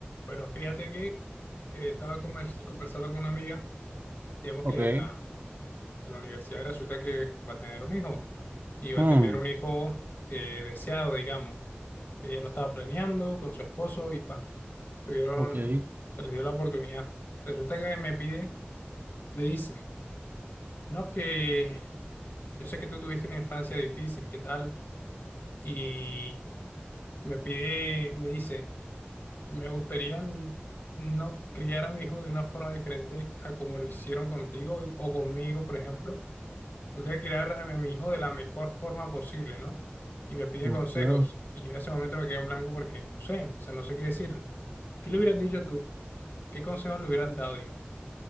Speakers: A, on the left; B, on the right.
A: Bueno, fíjate que eh, estaba convers- conversando con una amiga, digamos
B: Ok.
A: que en la, en la universidad resulta que va a tener un hijo y va
B: Mm,
A: a tener un hijo eh, deseado, digamos. Ella lo estaba planeando con su esposo y pa, tuvieron,
B: ok.
A: se les dio la oportunidad. Resulta que me pide, me dice, no, es que yo sé que tú tuviste una infancia difícil, ¿qué tal? Y me pide, me dice Me gustaría n- no criar a mi hijo de una forma diferente a como lo hicieron contigo y- o conmigo, por ejemplo. Me gustaría criar a mi a mi hijo de la mejor forma posible, ¿no? Y me pide
B: ok.
A: consejos. Y yo en ese momento me quedé en blanco porque no sé, o sea, no sé qué decirle. ¿Qué le hubieras dicho tú? ¿Qué consejos le hubieras dado, digamos?